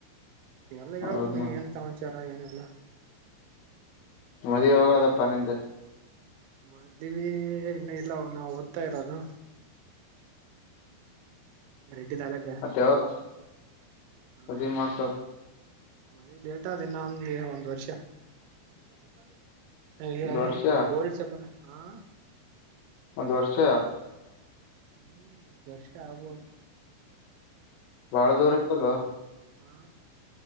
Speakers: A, on the right; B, on the left.
A: ಎಲ್ಲ ಹೇಳ್ಬೇಕ್
B: ಹೌದ್ನ
A: ನೀವ್ ಏನ್ ಸಮಾಚಾರ ಏನ್ ಇ ಲ್ಲ
B: ಮದುವಿ ಯಾವಾಗ್ ಆದಪ್ಪ ನಿಂದು?
A: ಮದುವಿ ಏ ಇನ್ನ ಇಲ್ಲ ಹೋಗ್ ನಾವ್ ಓದ್ತಾ ಇರೋದು. ರೆಡ್ಡಿದ್ ಆಗೈತಿ.
B: ಮತ್ತ ಯಾವಾಗ
A: ಹಾಂ
B: ಮದ್ವಿ ಮಾಡ್ಕೋ
A: ಮನೇಲ್ ಲೇಟ್ ಆದ ಇನ್ನೊಂದ್ ಏ ಒಂದ್ ವರ್ಷ <unintelligible> ಇದರಲದೇ
B: ಒಂದ್ ವರ್ಷ
A: ಓಲ್ಡ್ ಚಪ್ಪಲ್ಲ ಹಾಂ
B: ಒಂದ್ ವರ್ಷ
A: ಹ್ಮ್ ದರ್ಷಾಗ್ಬೋದು
B: ಬಾಳ ದೂರ <unintelligible>
A: ಆ